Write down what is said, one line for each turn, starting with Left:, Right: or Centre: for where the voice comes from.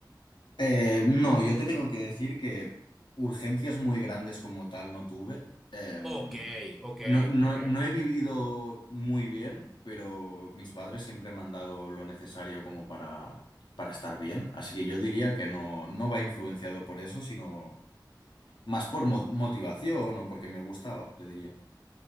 Left: Eh, no, yo te tengo que decir que urgencias muy grandes como tal no tuve. Em,
Centre: Ok, ok,
Left: no, no,
Centre: ok.
Left: no he vivido muy bien, pero mis padres siempre me han dado lo necesario como para, para estar bien. Así que yo diría que no, no va influenciado por eso, sino más por mo- motivación o porque me gustaba, te diría.